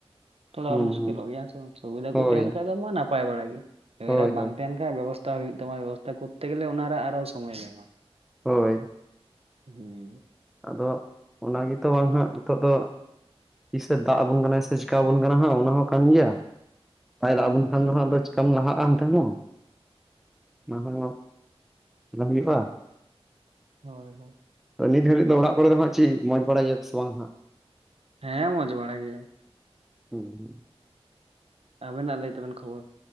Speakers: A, on the right; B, in the centre.
A: ᱛᱷᱚᱲᱟ
B: ᱦᱩᱸ
A: ᱢᱩᱥᱠᱤᱞᱚᱜ
B: ᱦᱩᱸ
A: ᱜᱮᱭᱟᱸ ᱥᱮ ᱵᱟᱝ ᱥᱩᱵᱤᱫᱷᱟ
B: ᱦᱳᱭ
A: ᱠᱚ ᱛᱟᱦᱮᱱ ᱠᱷᱟᱜ ᱫᱚ ᱢᱟ ᱱᱟᱯᱟᱭ ᱵᱟᱲᱟ ᱜᱮ,
B: ᱦᱳᱭ
A: ᱮᱨᱟ ᱵᱟᱝ
B: ᱦᱳᱭ
A: ᱛᱟᱦᱮᱱ ᱦᱮᱸ ᱵᱮᱵᱚᱥᱛᱷᱟ ᱦᱩᱭᱩᱜ ᱛᱟᱢᱟ ᱵᱮᱵᱚᱥᱛᱷᱟ ᱠᱚᱨᱛᱮ ᱜᱮᱞᱮ ᱚᱱᱟ ᱨᱮ ᱟᱨᱦᱚ ᱥᱚᱢᱚᱭ ᱧᱟᱢᱼᱟ᱾
B: ᱦᱳᱭ
A: ᱦᱮᱸ
B: ᱟᱫᱚ ᱚᱱᱟ ᱜᱮᱛᱚ ᱟᱡ ᱱᱷᱟᱸᱜ ᱱᱤᱛᱚᱜ ᱫᱚ ᱛᱤᱥᱮ ᱫᱟᱜ ᱟᱵᱚᱱ ᱠᱟᱱᱟᱭ
A: ᱦᱩᱸ
B: ᱥᱮ ᱪᱤᱠᱟ ᱟᱵᱚᱱ ᱠᱟᱱᱟ ᱦᱟᱸᱜ ᱚᱱᱟ ᱦᱚᱸ ᱠᱟᱱ ᱜᱮᱭᱟ ᱵᱟᱭ
A: ᱦᱩᱸ
B: ᱫᱟᱜ ᱟᱵᱚᱱ ᱠᱷᱟᱱ ᱫᱚ ᱦᱟᱜ ᱟᱫᱚ ᱪᱤᱠᱟᱢ ᱞᱟᱦᱟᱜ-ᱟ ᱚᱱᱛᱮ ᱦᱚᱸ ᱚᱱᱟ ᱦᱚᱸ ᱵᱟᱝ ᱦᱩᱭᱩᱜ-ᱟ᱾
A: ᱦᱳᱭ ᱦᱳᱭ᱾
B: ᱱᱤᱛ ᱜᱷᱟᱹᱲᱤᱡ ᱫᱚ ᱚᱲᱟᱜ ᱠᱚᱨᱮ ᱫᱚ ᱦᱟᱸᱜ ᱪᱤᱜ ᱢᱚᱡᱽ ᱵᱟᱲᱟ ᱜᱮᱭᱟ ᱠᱚᱥᱮ ᱵᱟᱝ ᱦᱟᱸᱜ
A: ᱦᱮᱸ ᱢᱚᱸᱡᱽ ᱵᱟᱲᱟ ᱜᱮ᱾
B: ᱦᱩᱸ ᱦᱩᱸᱜ᱾
A: ᱟᱵᱤᱱᱟᱜ ᱞᱟᱹᱭ ᱛᱟᱵᱮᱱ ᱠᱷᱚᱵᱚᱨ?